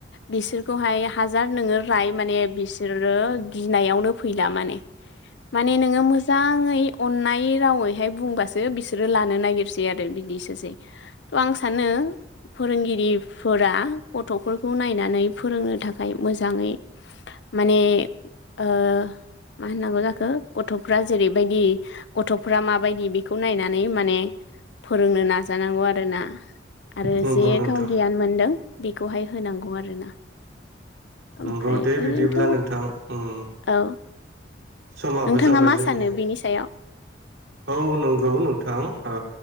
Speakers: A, on the left; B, on the right.
A: बिसोरखौहाय हाज हाजार नोङो राय माने बिस सोरो गिनायावनो फैला माने माने नोङो मोजाङै अन्नाय रावैहाय बुंबासो बिसोरो लानो नागिरसै आरो बिदिसोसै थ' आं सानो फोरोंगिरिफोरा गथ'फोरखौ नायनानै फोरोंनो थाखाय मोजाङै माने ओ मा होननांगौ जाखो गथ'फ्रा जेरैबायदि गथ'फ्रा माबायदि बेखौ नायनानै माने फोरोंनो नाजानांगौ आरोना। आरो
B: नंगौ
A: जे
B: नोंथां
A: गाव गियान मोनदों बेखौहाय होनांगौ आरोना ओमफ्राय
B: नंगौ दे
A: ओरैनोथ'
B: बिदिब्ला ला नोंथां उम
A: औ
B: समाबो
A: नोंथाङा
B: जाबाय
A: मा
B: जोंनिया
A: सानो बिनि सायाव?
B: औ नंगौ नोंथां ओ।